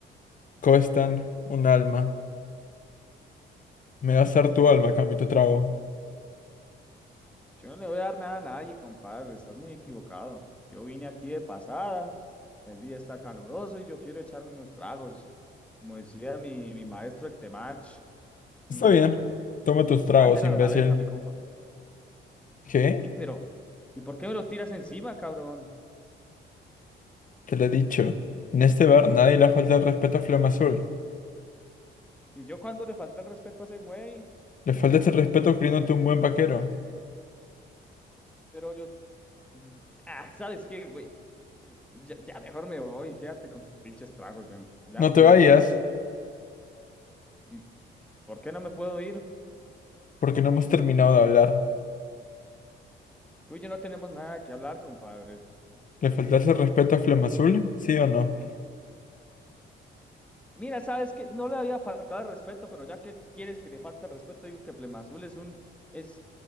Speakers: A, on the left; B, in the centre.
A: cuestan un alma. Me das dar tu alma,
B: Bien,
A: a cambio de tu trago.
B: Yo no le voy a dar nada a nadie, compadre, estás muy equivocado. Yo vine aquí de pasada, el día está caluroso y yo quiero echarme unos tragos. Como decía mi, mi maestro, el Temach,
A: Está
B: mm,
A: bien. Toma tus tragos,
B: mándela
A: imbécil.
B: a la verga, mi compa.
A: ¿Qué?
B: Eh, pero, ¿y por qué me lo tiras encima, cabrón?
A: Te lo he dicho. En este bar nadie le falta el respeto a Flama Azul.
B: Y yo cuando le falta el respeto a ese güey,
A: Le faltas el respeto creyéndote un buen vaquero.
B: pero yo, mm, ah, ¿sabes qué, güey? Eh, Ya, ya mejor me voy, quédate con tus pinches tragos, yo n- ya
A: No
B: no
A: te
B: quiero
A: vayas,
B: nada. ¿Y por qué no me puedo ir?
A: porque no hemos terminado de hablar.
B: Tú y yo no tenemos nada que hablar, compadre.
A: ¿Le faltas el respeto a Flama Azul? ¿Sí o no?
B: Mira, sabes que no le había faltado el respeto, pero ya que quieres que le falte el respeto, digo que Flemazul es un, es,